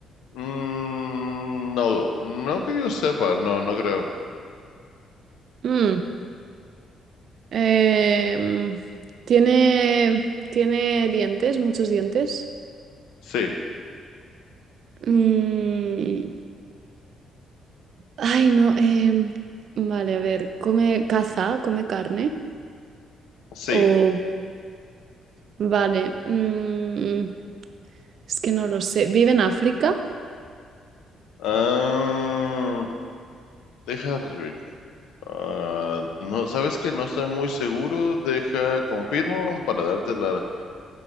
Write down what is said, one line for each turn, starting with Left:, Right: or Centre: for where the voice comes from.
Left: Mm, no, no que yo sepa, no, no creo.
Right: Mm, eh, mm, tiene, tiene dientes, muchos dientes.
Left: Sí,
Right: Mm, ay, no. em, vale, a ver, come caza, come carne.
Left: sí.
Right: O, vale. mm, es que no lo sé. ¿Vive en África?
Left: Ah, deja Rebeca. Ah, no, sabes que no estoy muy seguro. Deja, confirmo para darte la.